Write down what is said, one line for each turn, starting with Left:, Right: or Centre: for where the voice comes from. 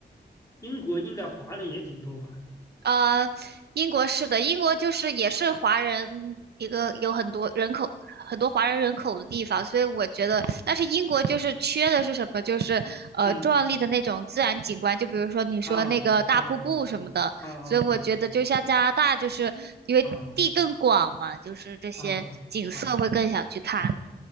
Left: 英国应该华人也挺多吧。
Right: 呃，英国是的，英国就是也是华人一个有很多人口，很多华人人口的地方，所以我觉得，但是英国就是缺的是什么？就是呃壮丽的那种自然景观，
Left: 嗯。
Right: 就比如说你说那个大瀑布什么的，
Left: 啊啊啊啊
Right: 所以我觉得就像加拿大，就是因为地更广嘛，
Left: 啊啊
Right: 就是这些景色会更想去看。
Left: 啊啊啊！